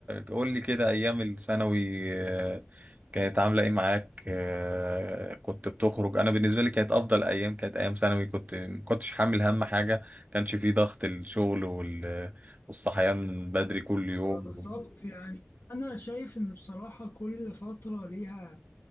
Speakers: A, on the right; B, on the left.
A: قول لي كده ايام الثانوي آه، كانت عاملة ايه معاك آه، كنت بتخرج انا بالنسبة لي كانت افضل ايام كانت ايام ثانوي كنت ما كنتش حامل هم حاجة كانش فيه ضغط الشغل وال- والصحيان بدري كل يوم
B: بالظبط يعني أنا شايف إن بصراحة كل فترة ليها